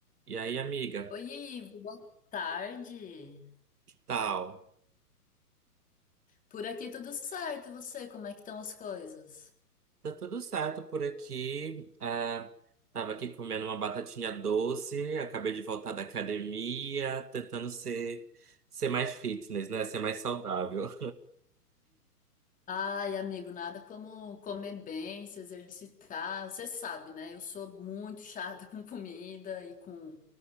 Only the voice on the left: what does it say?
Oi, Ivo, boa tarde.
Por aqui tudo certo, e você, como é que estão as coisas?
Ai, amigo, nada como comer bem, se exercitar. Você sabe, né? Eu sou muito chata <laughs> com comida e com